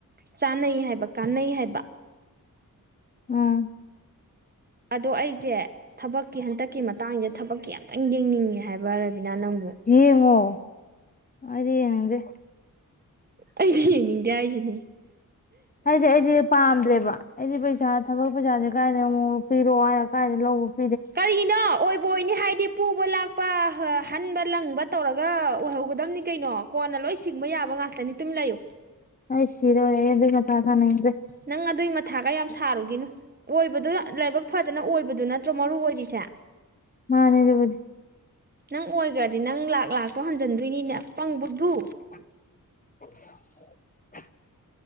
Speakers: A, on the right (about 30°); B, on the left (about 25°).
A: ꯆꯥꯟꯅꯩ ꯍꯥꯏꯕ ꯀꯥꯟꯅꯩ ꯍꯥꯏꯕ
B: ꯑꯥ
A: ꯑꯗꯣ ꯑꯩꯁꯦ ꯊꯕꯛꯀꯤ ꯍꯟꯇꯛꯀꯤ ꯃꯇꯥꯡꯁꯦ ꯊꯕꯛ ꯀꯤ ꯌꯥꯝ ꯈꯤꯇꯪ ꯌꯦꯡꯅꯤꯡꯉꯦ ꯍꯥꯏꯕ ꯔꯕꯤꯅꯥ ꯅꯪꯕꯨ
B: ꯌꯦꯡꯉꯣ ꯑꯩꯗꯤ ꯌꯦꯡꯅꯤꯡꯗꯦ
A: ꯑꯩꯗꯤ ꯌꯦꯡꯅꯤꯡꯗꯦ ꯍꯥꯏꯁꯤꯅꯤ
B: ꯍꯥꯏꯗꯤ ꯑꯩꯗꯤ ꯄꯥꯝꯗꯦꯕ ꯑꯩꯗꯤ ꯄꯩꯁꯥ ꯊꯕꯛ ꯄꯩꯁꯥꯁꯦ ꯀꯥꯏꯅ ꯑꯃ ꯄꯤꯔꯛꯑꯣ ꯍꯥꯏꯔ ꯀꯥꯏꯗꯥꯏ ꯂꯧꯔ
A: ꯀꯔꯤꯅꯣ ꯑꯣꯏꯕ ꯑꯣꯏꯅꯤ ꯍꯥꯏꯗꯤ ꯄꯨꯕ ꯂꯥꯛꯄ ꯍꯟꯕ ꯂꯪꯕ ꯇꯧꯔꯒ ꯑꯣꯏꯍꯧꯒꯗꯕꯅꯤ ꯀꯩꯅꯣ ꯀꯣꯟꯅ ꯂꯣꯏ ꯁꯤꯡꯕ ꯌꯥꯕ ꯉꯥꯛꯇꯅꯤ ꯇꯨꯝ ꯂꯩꯌꯨ
B: ꯑꯩ ꯁꯤꯗꫭꯏꯔꯦ ꯑꯗꯨꯒꯤ ꯃꯊꯥ ꯁꯥꯅꯤꯡꯗ꯭ꯔꯦ
A: ꯅꯪ ꯑꯗꯨꯏ ꯃꯊꯥꯒ ꯌꯥꯝ ꯁꯥꯔꯨꯒꯤꯅꯣ ꯑꯣꯏꯕꯗꯣ ꯂꯥꯏꯕꯛ ꯐꯗꯅ ꯑꯣꯏꯕꯗꯨ ꯅꯠꯇ꯭ꯔꯣ ꯃꯔꯨ ꯑꯣꯏꯔꯤꯁꯦ
B: ꯃꯥꯅꯦ ꯑꯗꯨꯕꯨꯗꯤ
A: ꯅꯪ ꯑꯣꯏꯈ꯭ꯔꯗꯤ ꯅꯪ ꯂꯥꯛ ꯂꯥꯛꯇꯣ ꯍꯟꯖꯤꯟꯗꯣꯏꯅꯤꯅꯦ ꯑꯄꯪ ꯕꯨꯗꯨ
B: <inaudible>